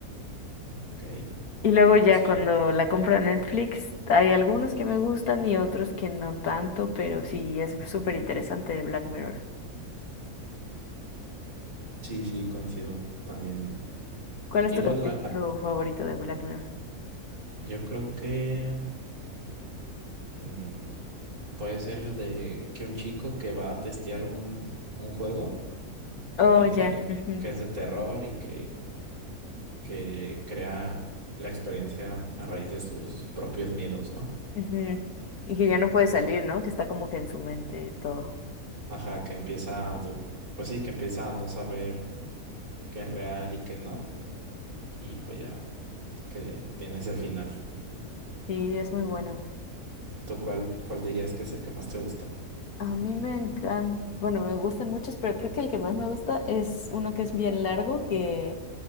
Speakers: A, on the right; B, on the left.
A: Ok,
B: Y luego ya
A: sí,
B: cuando la compra Netflix, hay algunos que me gustan y otros que no tanto, pero sí, es súper interesante de Black Mirror.
A: sí, sí, coincido también.
B: ¿Cuál es
A: Igual,
B: tu capítulo
A: a- a-
B: favorito de Black Mirror?
A: yo creo que mm, Puede ser el de que un chico que va a testear un, un juego
B: Oh,
A: que,
B: ya. <laughs> ujú,
A: que es de terror y que, que crea la experiencia a raíz de sus propios miedos, ¿no?
B: ujú. Y que ya no puede
A: Y-
B: salir, ¿no? Que está como que en su mente todo.
A: Ajá, que empieza a, du- pues sí, que empieza a no saber qué es real y qué no, y pues ya que tiene ese final.
B: Sí, es muy bueno.
A: ¿Tú cuál, cuál dirías que es el que más te gusta?
B: A mí me encantan, bueno, me gustan muchos, pero creo que el que más me gusta es uno que es bien largo, que